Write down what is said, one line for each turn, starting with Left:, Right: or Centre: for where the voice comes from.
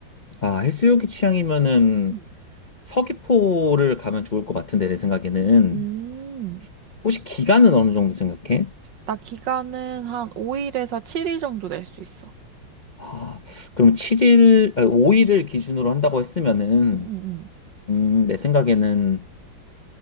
Left: 아, 해수욕이 취향이면은
Right: 음.
Left: 서귀포를 가면 좋을 것 같은데, 내 생각에는.
Right: 음,
Left: 혹시 기간은 어느 정도 생각해?
Right: 나 기간은 한 5일에서 7일 정도 낼 수 있어.
Left: 아, 그럼 7일, 아, 5일을 기준으로 한다고 했으면은,
Right: 응, 응, 응.
Left: 음, 내 생각에는,